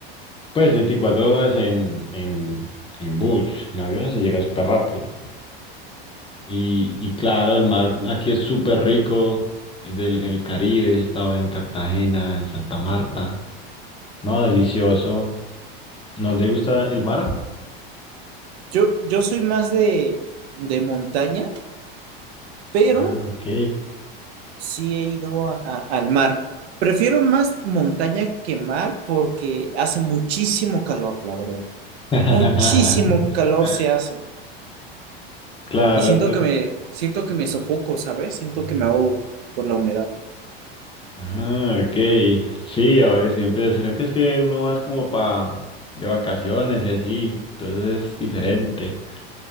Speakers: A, on the left; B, on the right.
A: Pues 24 horas en, en, en bus, en avión se llega súper rápido. Y, y claro, el mar aquí es súper rico, el del el Caribe, he estado en Cartagena, en Santa Marta. No, delicioso. ¿No le gusta el mar?
B: Yo, yo soy más de, de montaña, pero
A: Ah, ok.
B: sí he ido a- a- al mar. Prefiero más montaña que mar porque hace muchísimo calor, la verdad.
A: <laughs>
B: Muchísimo calor se hace.
A: Claro,
B: Y siento
A: sí.
B: que me, siento que me sofoco, ¿sabes? Siento que me ahogo por la humedad.
A: Ah, ok. Sí, ahora siempre, sino que es que uno va es como pa de vacaciones y así, entonces es diferente.